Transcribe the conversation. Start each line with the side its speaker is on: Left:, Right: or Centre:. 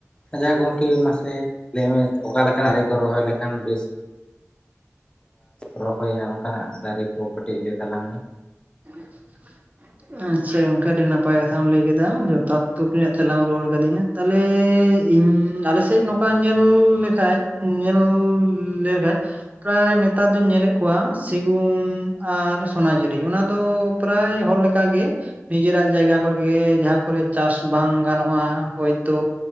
Left: ᱟᱪᱪᱷᱟ ᱜᱚᱢᱠᱮ ᱢᱟᱥᱮ ᱞᱟᱹᱭ ᱢᱮ ᱚᱠᱟ ᱞᱮᱠᱱᱟᱜ ᱨᱮ ᱠᱚ ᱨᱚᱦᱚᱭ ᱞᱮᱠᱷᱟᱱ ᱵᱮᱥ ᱨᱚᱦᱚᱭᱟ ᱚᱱᱠᱟᱱᱟᱜ ᱫᱟᱨᱮ ᱠᱚ ᱠᱟᱹᱴᱤᱡ ᱞᱟᱹᱭ ᱛᱟᱞᱟᱝ ᱢᱮ
Right: <unintelligible> ᱟᱪᱪᱷᱟ ᱜᱚᱢᱠᱮ ᱟᱹᱰᱤ ᱱᱟᱯᱟᱭ ᱠᱟᱛᱷᱟᱢ ᱞᱟᱹᱭ ᱠᱮᱫᱟ ᱡᱚᱛᱷᱟᱛ ᱛᱩᱠᱞᱤ ᱨᱮᱱᱟᱜ ᱛᱮᱞᱟᱢ ᱨᱩᱟᱹᱲ ᱟᱠᱟᱹᱫᱤᱧᱟ᱾ ᱛᱟᱦᱚᱞᱮ ᱤᱧ ᱟᱞᱮ ᱥᱮᱫ ᱱᱚᱠᱟ ᱧᱮᱞ ᱞᱮᱠᱷᱟᱡ ᱧᱮᱞ ᱞᱮᱠᱷᱟᱡ ᱯᱨᱟᱭ ᱱᱮᱛᱟᱨ ᱫᱩᱧ ᱧᱮᱞᱮᱫ ᱠᱚᱣᱟ ᱥᱤᱜᱩᱱ ᱟᱨ ᱥᱚᱱᱟᱡᱷᱩᱨᱤ ᱚᱱᱟ ᱫᱚ ᱯᱨᱟᱭ ᱦᱚᱲ ᱞᱮ ᱞᱮᱠᱟᱜᱮ ᱱᱤᱡᱮᱨᱟᱜ ᱡᱟᱭᱜᱟ ᱠᱚᱨᱮᱜᱮ ᱡᱟᱦᱟᱸ ᱠᱚᱨᱮ ᱪᱟᱥ ᱵᱟᱝ ᱜᱟᱱᱚᱜ-ᱟ ᱦᱚᱭᱛᱳ